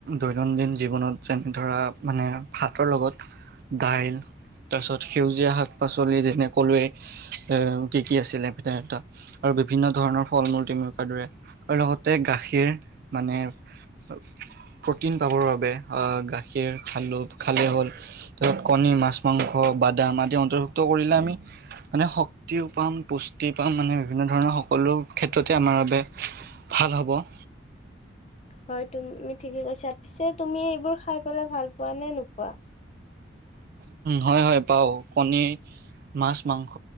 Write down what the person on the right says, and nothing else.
দৈনন্দিন জীৱনত যেনে ধৰা, মানে ভাতৰ লগত <inaudible> দাইল <unintelligible> তাৰপিছত সেউজীয়া শাক-পাচলি যেনে কলোৱেই এ কি কি আছিলে এ তাত <inaudible> আৰু বিভিন্ন ধৰণৰ ফল-মূল তুমি কোৱাৰ দৰে। <inaudible> আৰু লগতে গাখীৰ মানে <unintelligible> প্ৰ'টিন পাবৰ বাবে অ গাখীৰ খালো, খালে হ'ল। <unintelligible> তাৰপিছত কণী, মাছ, মাংস, বাদাম আদি অন্তৰ্ভুক্ত কৰিলে আমি <unintelligible> মানে শক্তিও পাম, পুষ্টি পাম মানে বিভিন্ন ধৰণৰ সকলো ক্ষেত্ৰতে আমাৰ বাবে <inaudible> ভাল হ'ব। <inaudible>
হয়-হয়। পাওঁ কণী <inaudible> মাছ, মাংস